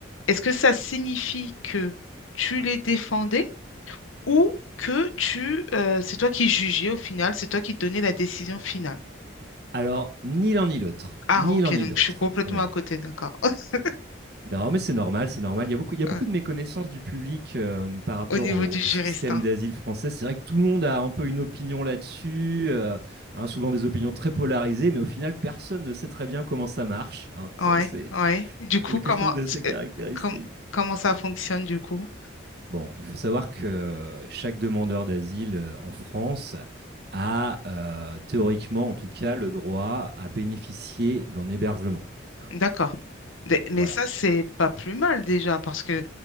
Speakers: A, on the left (about 85°); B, on the right (about 55°).
A: Est-ce que ça signifie que tu les défendais ou que tu euh, c'est toi qui jugeais au final, c'est toi qui donnais la décision finale?
B: Alors, ni l'un ni l'autre,
A: Ah,
B: ni
A: ok,
B: l'un ni
A: donc
B: l'autre.
A: je suis complètement
B: Oui.
A: à côté, d'accord. <laughs>
B: Non, mais c'est normal, c'est normal. Il y a beaucoup, il y a
A: Ouais,
B: beaucoup de méconnaissance du public euh, par rapport
A: Au niveau
B: au,
A: du Géristan.
B: au système d'asile français. C'est vrai que tout le monde a un peu une opinion là-dessus, euh, hein, souvent des opinions très polarisées, mais au final, personne ne sait très bien comment ça marche. hein. Ça,
A: Ouais,
B: c'est
A: ouais. Du
B: c'est
A: coup,
B: quelque
A: comment,
B: chose d'assez caractéristique.
A: euh, com- comment ça fonctionne du coup?
B: Bon, il faut savoir que chaque demandeur d'asile euh, en France a euh, théoriquement, en tout cas, le droit à bénéficier d'un hébergement. hein.
A: D'accord. Mais mais
B: Voilà.
A: ça, c'est pas plus mal déjà parce que